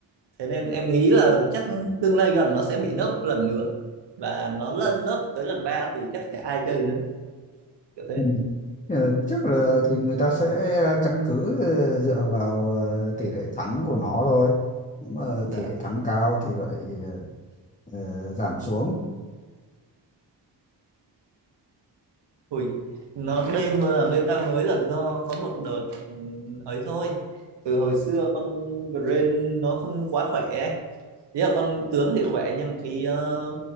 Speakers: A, on the right (about 70°); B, on the left (about 20°).
A: thế nên em nghĩ là chắc tương lai gần nó sẽ bị nớp lần nữa và nó lên nớp tới lần ba thì chắc chả ai chơi nữa kiểu thế
B: Ừ. Ờ, chắc là thì người ta sẽ ờ, căn cứ ờ, dựa vào ờ, tỷ lệ thắng của nó thôi. Nếu mà
A: dạ
B: tỷ lệ thắng cao thì lại ờ, ờ, giảm xuống.
A: Ui, nó đây mà là meta mới là do có một đợt ừm, ấy thôi từ hồi xưa con brain nó không quá khỏe ấy. ý là con tướng thì khỏe nhưng mà cái ờ,